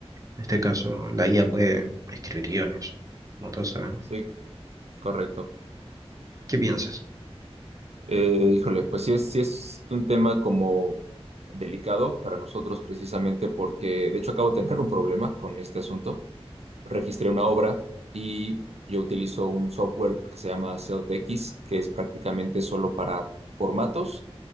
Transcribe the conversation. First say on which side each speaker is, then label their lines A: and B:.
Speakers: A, on the right (about 30°); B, on the right (about 80°).
A: en este caso la IA puede escribir guiones, como todos sabemos.
B: Sí, correcto.
A: ¿Qué piensas?
B: Eh, híjole, pues sí es, sí es un tema como delicado para nosotros precisamente porque, de hecho, acabo de tener un problema con este asunto. registré una obra y yo utilizo un software que se llama CeltX, que es prácticamente solo para formatos,